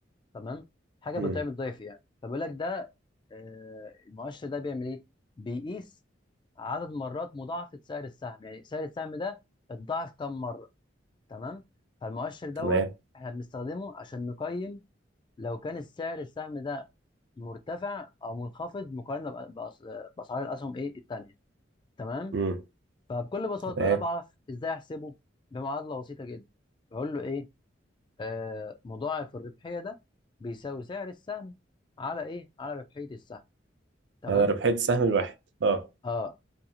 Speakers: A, on the left; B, on the right.
A: تمام حاجه
B: مم.
A: بتعمل ضعف يعني فبيقول لك ده آه المؤشر ده بيعمل ايه بيقيس عدد مرات مضاعفه سعر السهم يعني سعر السهم ده اتضاعف كم مره تمام فالمؤشر دوت
B: تمام
A: احنا بنستخدمه عشان نقيم لو كان السعر السهم ده مرتفع او منخفض مقارنه بأ- بأس- باسعار الاسهم ايه التانيه تمام
B: مم.
A: فبكل بساطه
B: تمام
A: انا بعرف ازاي احسبه بمعادله بسيطه جدا بقول له ايه آه مضاعف الربحيه ده بيساوي سعر السهم على ايه على ربحيه السهم تمام
B: انا ربحت السهم الواحد اه
A: اه